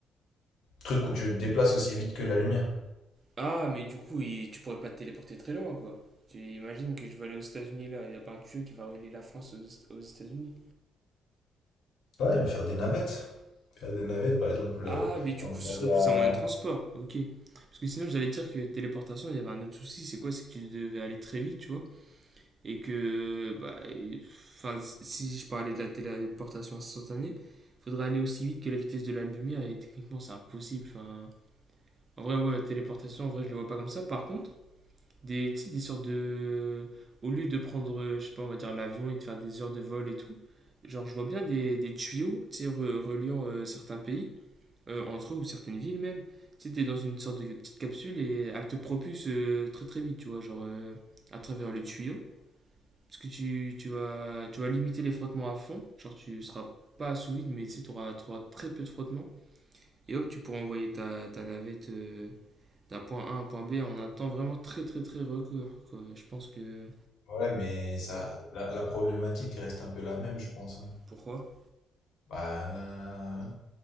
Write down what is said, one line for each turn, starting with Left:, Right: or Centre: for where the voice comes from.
Left: Truc où tu te déplaces aussi vite que la lumière.
Right: Ah, mais du coup, il- tu pourrais pas te téléporter très loin, quoi. Tu imagines que je vais aller aux États-Unis là, il y a pas un tuyau qui va relier la France aux, Est- aux États-Unis.
Left: Ouais, mais faire des navettes. Faire des navettes, par exemple,
Right: Ah,
Left: euh,
Right: mais du
Left: t'as envie
Right: coup, ce
Left: d'aller
Right: serait plus
Left: à.
Right: un moyen de transport, ok. Parce que sinon, j'allais te dire que téléportation, il y avait un autre souci, c'est quoi? C'est que tu devais aller très vite, tu vois. et que bah, et- enfin, si je parlais de la téléportation instantanée, il faudrait aller aussi vite que la vitesse de la lumière et techniquement c'est impossible. Enfin, en vrai, ouais, la téléportation, en vrai, je le vois pas comme ça. Par contre, des, tu des sortes de. Au lieu de prendre, euh, je sais pas, on va dire l'avion et de faire des heures de vol et tout, genre, je vois bien des, des tuyaux, tu sais, re- reliant euh, certains pays, euh, entre eux ou certaines villes même. Tu sais, t'es dans une sorte de petite capsule et elle te propulse euh, très très vite, tu vois, genre euh, à travers les tuyaux. Parce que tu, tu vas, tu vas limiter les frottements à fond. Genre, tu seras pas sous vide, mais tu sais, tu auras, tu auras très peu de frottements. Et hop, tu pourras envoyer ta, ta navette euh, d'un point A à un point B en un temps vraiment très, très, très record. quoi. Je pense que.
Left: Ouais, mais ça, la, la problématique reste un peu la même, je pense. hein.
Right: Pourquoi
Left: Bah,